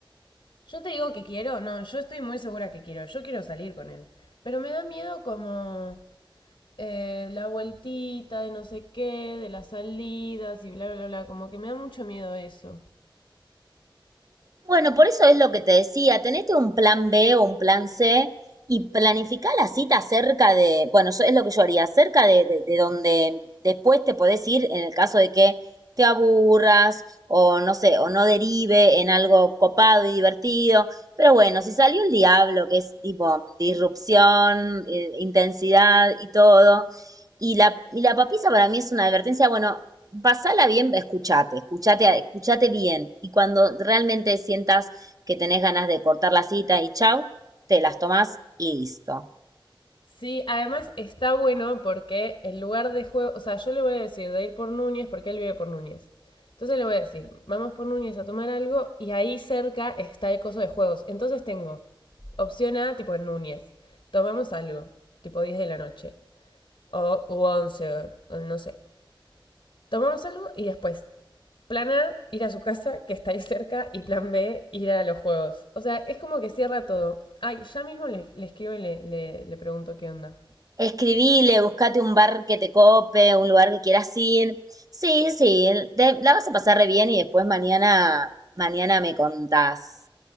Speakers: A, on the left (about 85°); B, on the right (about 45°).
A: yo te digo que quiero, no, yo estoy muy segura que quiero, yo quiero salir con él. Pero me da miedo como eh, la vueltita de no sé qué, de las salidas y bla, bla, bla, como que me da mucho miedo eso.
B: Bueno, por eso es lo que te decía, tenete un plan B o un plan C y planificá la cita cerca de, bueno, yo- es lo que yo haría, cerca de, de- de donde después te podés ir en el caso de que te aburras o no sé, o no derive en algo copado y divertido. Pero bueno, si salió el diablo, que es tipo disrupción, eh, intensidad y todo, y la, y la papisa para mí es una advertencia, bueno, pasala bien, escuchate, escuchate, a- escuchate bien. Y cuando realmente sientas que tenés ganas de cortar la cita y chau, te las tomás y listo.
A: Sí, además está bueno porque el lugar de juego, o sea, yo le voy a decir de ir por Núñez porque él vive por Núñez. Entonces le voy a decir, vamos por Núñez a tomar algo y ahí cerca está el coso de juegos. Entonces tengo opción A, tipo en Núñez, tomamos algo, tipo 10 de la noche, o, u 11, o, o no sé. Tomamos algo y después, plan A, ir a su casa que está ahí cerca y plan B, ir a los juegos. O sea, es como que cierra todo. Ay, ya mismo le, le escribo y le, le, le pregunto qué onda.
B: Escribile, buscate un bar que te cope, un lugar que quieras ir. Sí, sí, te- la vas a pasar re bien y después mañana, mañana me contás.